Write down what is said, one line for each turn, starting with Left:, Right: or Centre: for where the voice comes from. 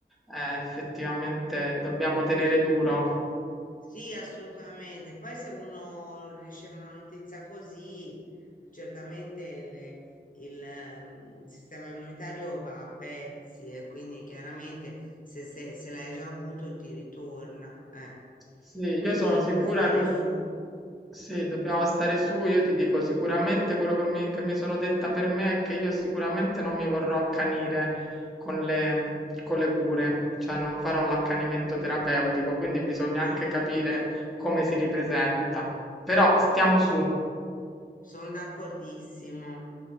Centre: Eh, effettivamente dobbiamo tenere duro.
Left: sì, assolutamente. Poi se uno riceve una notizia così, certamente le- il ehm, sistema immunitario va a pezzi e quindi chiaramente se, se- se l'hai già avuto ti ritorna. eh.
Centre: Sì, io
Left: Quindi
Centre: sono sicura,
Left: bisogna stare
Centre: l'ul-
Left: su.
Centre: sì, dobbiamo stare su. Io ti dico sicuramente quello che mi, che mi sono detta per me è che io sicuramente non mi vorrò accanire con le, con le cure, cioè non farò l'accanimento terapeutico, quindi bisogna
Left: No,
Centre: anche capire come si ripresenta. Però stiamo su.
Left: sono d'accordissimo.